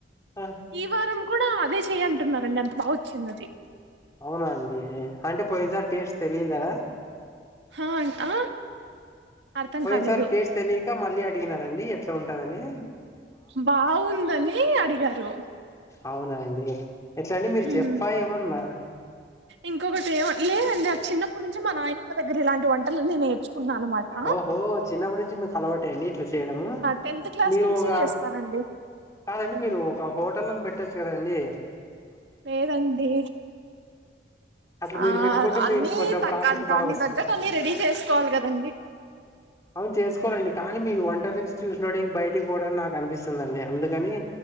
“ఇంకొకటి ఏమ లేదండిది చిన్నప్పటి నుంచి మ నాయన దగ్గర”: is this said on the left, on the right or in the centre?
Right